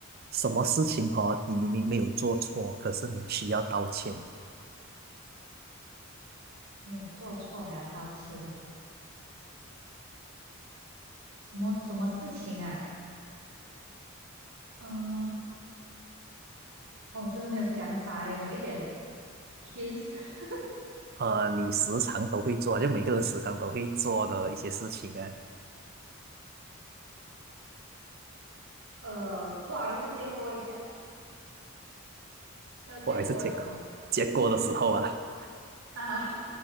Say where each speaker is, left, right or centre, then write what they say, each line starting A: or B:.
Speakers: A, on the right; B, on the right.
A: 什么事情哦，你明明没有做错，可是你需要道歉？
B: 没有做错还要道歉呢、啊什么什么事情啊？嗯、哦，我真的没有想法，有没有一点 hints？<laughs>
A: 呃，你时常都会做，就每个人时常都会做的一些事情啊，
B: 呃，不好意思，借过一下，要借过的时候。
A: 我还是结果结果的时候啊。
B: 啊，<laughs>